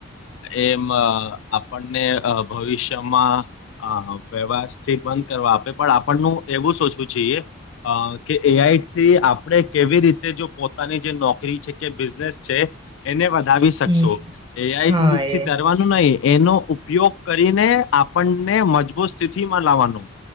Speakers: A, on the left (about 60°); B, on the right (about 20°).
A: એમ આપણને ભવિષ્યમાં વ્યવથી બંધ કરવા. પણ આપણનુ એવું સોચવું જોઈએ અ કે એઆઈથી આપણે કેવી રીતે જો પોતાની જે નોકરી છે કે બિઝનેસ છે એને વધાવી શકશો
B: હમ
A: એઆઈથી
B: હા એ
A: દરવાનું નય એનો ઉપયોગ કરીને આપણને મજબૂત સ્થિતિમાં લાવવાનું